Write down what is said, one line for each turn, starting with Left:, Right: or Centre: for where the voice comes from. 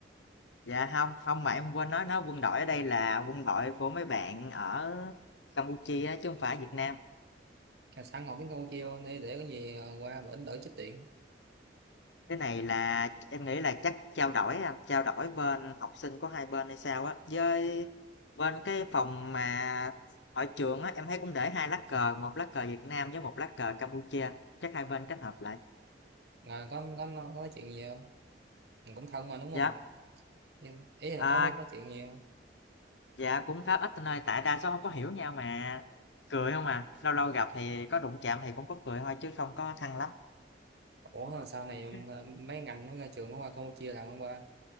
Left: Dạ không, không mà em quên nói nó quân đội ở đây là quân đội của mấy bạn ở Campuchia á, chứ không phải Việt Nam.
Right: à, sẵn học tiếng Campuchia luôn đi để có gì ờ, qua bển đỡ chết tiện
Left: Cái này là em nghĩ là chắc trao đổi anh, trao đổi bên học sinh của hai bên hay sao á, với bên cái phòng mà ở trường á, em thấy cũng để hai lá cờ, một lá cờ Việt Nam với một lá cờ Campuchia, chắc hai bên kết hợp lại.
Right: à, có, có có nói chuyện gì không Mình cũng thân mà đúng không
Left: Dạ,
Right: Nhưng- ý là
Left: à,
Right: có nói, nói chuyện gì không
Left: dạ cũng khá ít anh ơi, tại đa số không có hiểu nhau mà cười không à, lâu lâu gặp thì có đụng chạm thì cũng có cười thôi chứ không có thân lắm.
Right: ủa
Left: <laughs>
Right: mà sau này mà mấy ngành nó ra trường nó qua Campuchia làm không qua